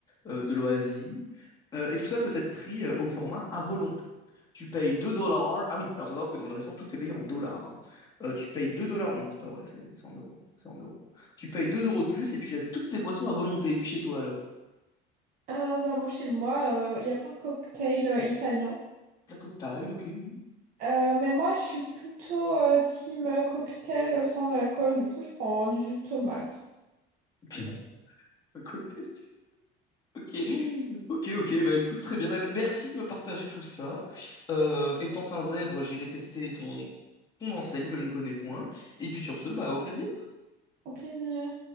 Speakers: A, on the left; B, on the right.
A: euh, de l'Oasis, euh, et tout ça peut être pris euh, au format à volonté. Tu payes 2 dollars. Ah oui, alors faut savoir que dans le restaurant, tout est payé en dollars. hein. Euh, tu payes 2 dollars. Non, c'est pas vrai, c'est c'est en euros. C'est en euros. Tu payes 2 euros de plus et puis tu as toutes tes boissons à volonté. Et puis chez toi alors?
B: Euh, bah, moi, chez moi, euh, il y a plein de cocktails euh, italiens.
A: Un cocktail, ok, oui.
B: Euh, mais moi, je suis plutôt euh, team euh, cocktail euh, sans alcool. Du coup, je prends du jus de tomate.
A: <laughs> Un cocktail. Ok, ok, ok, bah écoute, très bien. Bah, merci de me partager tout ça. Euh, étant un zèbre, j'irai tester ton, ton enseigne que je ne connais point. Et puis sur ce, bah au plaisir.
B: Au plaisir.